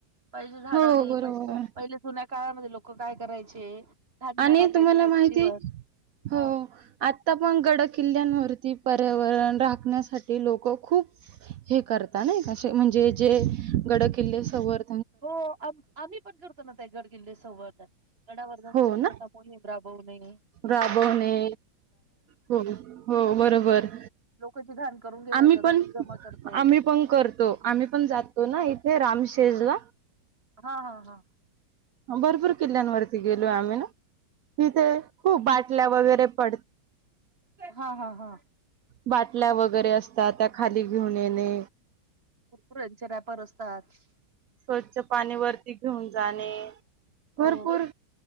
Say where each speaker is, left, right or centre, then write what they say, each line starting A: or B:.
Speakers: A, on the right; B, on the right.
A: पहिले झाडं
B: हो
A: नाही
B: बरोबर
A: प
B: आहे.
A: पहिले जुन्या काळामध्ये लोक काय करायचे धान्य
B: आणि
A: टाकायचे
B: तुम्हाला माहिती?
A: गच्चीवर
B: हो..
A: हा
B: आ आता पण गड किल्ल्यांवरती पर्यावरण राखण्यासाठी लोक खूप हे करता नाही अस म्हणजे जे गड किल्लेवर
A: हो आ आम्ही पण करतो ना ते गड किल्ले संवर्धन गडावर जाऊन
B: हो
A: स्वच्छता
B: ना
A: कोणीच राबवू नये.
B: राबवणे हो हो बरोबर.
A: लोकांची घाण करून गेलेले
B: आम्ही
A: जातात
B: पण
A: ती जमा करतो
B: आम्ही पण करतो. आम्ही पण जातो ना इथे रामशेजला
A: हा हा हा.
B: भरपूर किल्ल्यांवरती गेलोय आम्ही. तिथे खूप बाटल्या वगैरे पड
A: हा हा हा
B: बाटल्या वगैरे असतात. त्या खाली घेऊन येणे.
A: कुरकुऱ्यांचे व्यापार असतात.
B: स्वच्छ पाणी वरती घेऊन जाणे.
A: हो
B: भरपूर